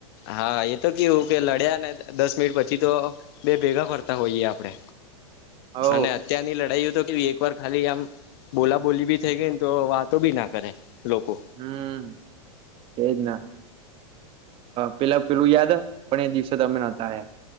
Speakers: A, on the left; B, on the right.
A: હા એ તો કેવું કે લડ્યા ને દસ મિનિટ પછી તો બે ભેગા ફરતા હોઈએ આપડે,
B: હો
A: અને અત્યારની લડાઈઓ એક વાર ખાલી આમ બોલા બોલી બી થઈ ગઈ ને તો વાતો બી ના કરે લોકો
B: હમ એજ ન અ પેલા પેલું યાદ પણ એ દિવસે તમે નહોતા આયા